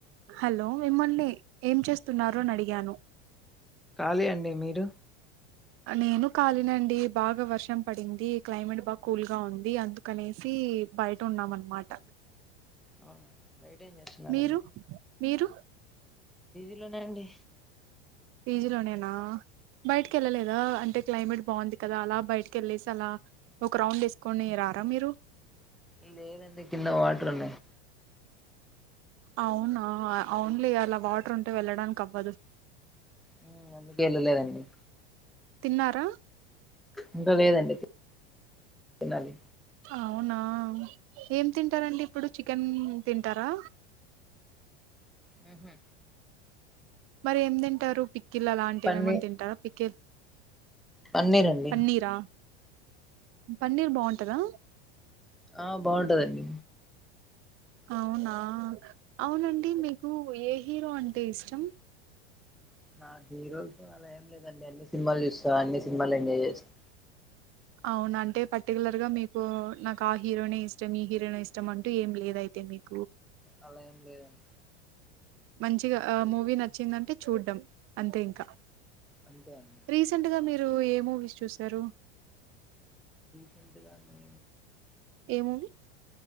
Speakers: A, on the right (about 40°); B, in the centre.
A: హలో మిమ్మల్ని ఏం చేస్తున్నారు అని అడిగాను
B: కాలీ అండి మీరు
A: నేను కాలినె అండి బాగా వర్షం పడింది క్లైమేట్ బాగా కూల్గా ఉంది అందుకనేసి బయట ఉన్నాం అనమాట
B: అవునా బయట ఏం చేస్తున్నారండి
A: మీరు మీరు
B: ఇంట్లోనే అండి
A: పిజీలోనేనా బయటికి వెళ్ళలేదా అంటే క్లైమేట్ బాగుంది కదా అలా బయటకి వెలేసి అలా ఒక రౌండ్ వేసుకొని రారా మీరు
B: ఇ లేదండి కింద వాటర్ ఉన్నాయి
A: అవునా అవున్ లే అలా వాటర్ ఉంటే వెళ్ళడానికి అవ్వదు
B: మ్మ అందుకె వెళ్ళలేదండి
A: తిన్నారా
B: ఇంకా లేదండి తిన్నాలి
A: అవునా ఏం తింటారండి ఇప్పుడు చికెన్ తింటారా
B: మ్మ ఉ
A: మరి ఎమ్ తింటారు పి కిల్ అలాంటివి
B: పన్నీ
A: ఏమన్నా తింటార పికిల్
B: పన్నీర్ అండి
A: పన్నీరా పన్నీర్ బావుంట్ టదా
B: ఆ బాగుంటదండి
A: అవునా అవునండి మీకు ఏ హీరో అంటే ఇష్టం
B: నా హీరోల్ అలా ఎం లేదు అండి అ సినిమాలు చూస్తా అన్ని సినిమాలు ఎంజాయ్ చేస్తా
A: అవును అంటే పర్టికులర్ గా మీకు నాకు ఆ హీరోనే ఇష్టం ఈ హీరోనే ఇష్టం అంటూ ఏం లేద అయితే మీకు
B: అలా ఏం లేదండి
A: మంచిగా ఆ మూవీ నచ్చిందంటే చూడ్డం అంతే ఇంకా
B: అంతే అండి
A: రీసెంట్ గా మీ రు ఏ మూవీస్ చూసారు
B: పండగా నే
A: ఏ మూవీ